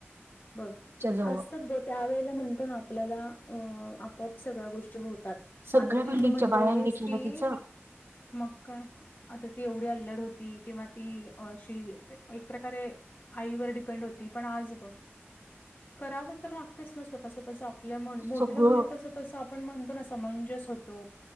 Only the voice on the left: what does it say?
बर
आज तर त्यावेेळेला म्हणतो ना आपल्याला अ आपोआप सगळ्या गोष्टी होत तात
आता ती
तू म्हणतेस
की
मग का, आता ती एवढी अल्लड होती किंवा ती अशी एक प्रकारे आईवर डिपेंड होती पण आज बघ करावं तर लागतंच ना स्वतः स्वतःच आपल्यामुळे मोठे
होईल तस तसं आपण म्हणतो ना समंजस होतो